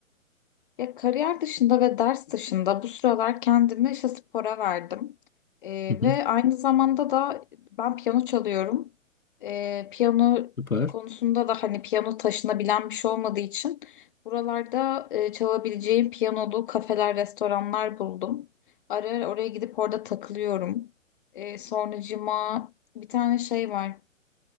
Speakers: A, on the left; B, on the left.
A: Ya kariyer dışında ve ders dışında bu sıralar kendimi işte spora verdim. Ee,
B: Hı hı,
A: ve aynı zamanda da ben piyano çalıyorum. Ee, piyano
B: süper.
A: konusunda da hani piyano taşınabilen bir şey olmadığı için buralarda e, çalabileceğim piyanolu kafeler, restoranlar buldum. Ara ara oraya gidip orada takılıyorum. Ee, sonracığıma bir tane şey var.